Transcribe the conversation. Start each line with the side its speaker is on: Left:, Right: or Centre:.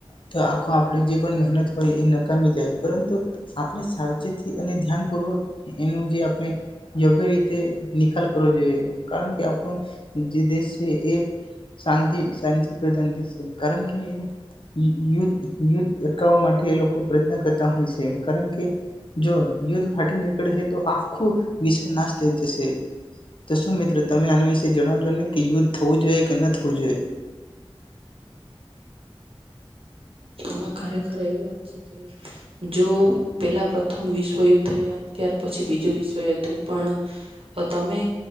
Left: તો આખો આપણે જે પણ મહેનત હોય એ નકામી જાય પરંતુ આપણે સાવચેતી અને ધ્યાનપૂર્વક એનું જે આપણે યોગ્ય રીતે નિકાલ કરવો જોઈએ. કારણ કે આપો જે દેશ એ શ શાંતિ પ્રધાન દેશ છે કારણ કેયુદ્ધ યુદ્ધ ચકાવવા માટે એ લોકો પ્રયત્ન કરતા હોય છે કારણ કે જો યુદ્ધ ફાટી નીકળશે તો આખું વિશ્વ નાશ થઈ જશે તો શું મિત્રો તમે આના વિશે જણાવજો નહી કે યુદ્ધ થવું જોઈએ કે ન થવું જોઈએ.
Right: આમાં ખરેખર એવી વાત છે કે જો પેલા પ્રથમ વિશ્વ યુદ્ધ થયું અને ત્યાર પછી બીજું વિશ્વયુદ્ધ થયું પણ તમે